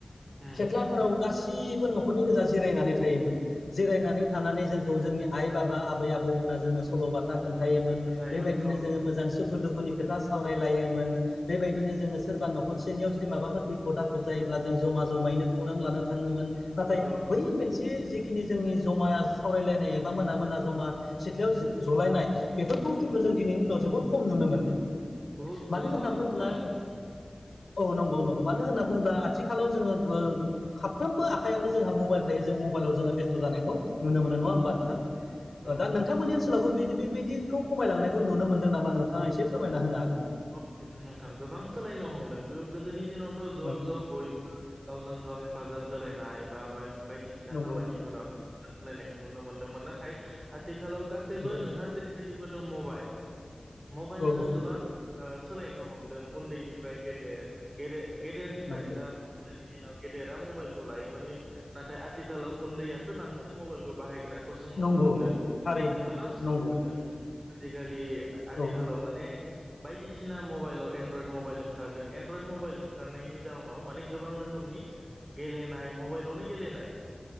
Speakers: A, on the right (about 40°); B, on the left (about 75°).
A: उम
B: खेथ्लाफोराव गासिबो न'खरनि गोजा जिरायनानै थायोमोन जिरायनानै थानानै जोंखौ जोंनि आइ बाबा आबै आबौमोना जोंनो सल'बाथा खोन्थायोमोन
A: खोन्थायोमोन
B: बेबायदिनो
A: औ
B: जोङो मोजां सुखु दुखुनि खोथा सावरायलायोमोन बेबायदिनो जोङो सोरबा न'खरसेनियाव जुदि माबाफोर बिपद आफद जायोब्ला जों जमा जमायैनो खौरां लानो थाङोमोन नाथाय
A: औ
B: बै मोनसे जिखिनि जोंनि जमा सावरायलायनाय एबा मोना-मोना जमा सिथ्लायाव जलायनाय बेफोरखौ
A: औ
B: खिन्थु जों दिनैनि दिनाव जोबोर खम नुनो मोनो
A: बुहुद
B: मानो
A: गोबां
B: होनना बुङोब्ला
A: खमायलां
B: औ नंगौ-नंगौ मानो होनना बुङोब्ला आथिखालाव जोङो साफ्रोमबो आखाइयावनो जोंहा मबाइल थायो जों मबाइलाव जोङो बेस्थ' जानायखौ नुनो
A: औ
B: मोनो नङा होमबा नोंथां
A: <unintelligible>
B: दा नोंथांनि ओनसोलावबो बि बेबायदिखौ खमायलांनायखौ नुनो मोनदों नामा नोंथाङा एसे फोरमायना होनो हागोन नामा
A: औ नोंथां गोबां सोलायनो हमदों गोदोनि दिनावथ'
B: नामा?
A: ज'-ज' बयबो गावजों गाव हेफाजाब होलायनाय बा बायदिसिना
B: नंगौ
A: खामानिफोराव
B: नंगौ
A: लायनायखौ नुनो मोनदोंमोन नाथाय आथिखालाव गासैबो
B: औ
A: नोंथाङा जे गिबो द मबाइल मबाइलजों
B: औ
A: गोबां
B: औ
A: सोलायनो हमदों उन्दैनिफ्राय गेदेर गेदे गेदेरनिफ्राय
B: नंगौ
A: दा गोदोनि दिनाव गेदेरा मबाइलखौ लायोमोन नाथाय आथिखालाव उन्दैयासो बांसिन मबाइलखौ बाहायग्रा खौ जों नुनो
B: नंगौ
A: मोनदों
B: नंगौ थारैनो
A: गोबां सोंनो
B: नंगौ
A: मोनदों आजिखालि आथिखालाव
B: औ
A: माने बायदिसिना मबाइलाव एनड्रयड मबाइल ओंखारदों एनड्रयड मबाइल ओंखारनायनि जाउनाव माने गोबां रोखोमनि गेलेनाय मबाइलावनो गेलेनाय